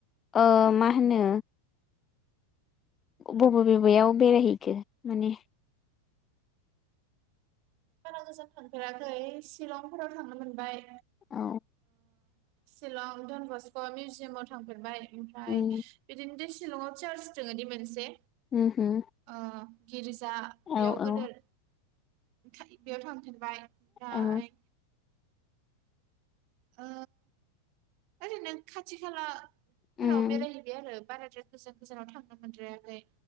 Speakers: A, on the left; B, on the right.
A: ओ मा होनो। बबे बबेयाव बेरायहैखो माने।
B: बारा गोजान थांफेराखै शिलंफोराव थांनो मोनबाय।
A: औ।
B: सिलं धनबस्क' मिउजियामाव थांफेरबाय। ओमफ्राय
A: उम
B: बिदिनो। बे सिलंआव चार्च दोङो दि मोनसे।
A: <unintelligible>
B: ओ गिर्जा बेयाव
A: औ
B: गोदोर।
A: औ
B: <unintelligible> बाय ओमफ्राय
A: औ
B: ओ ओरैनो खाथि खाला। फोराव
A: उम
B: बेरायहैबाय आरो बारा। गोजान गोजानाव थांनो मोनद्रायाखै।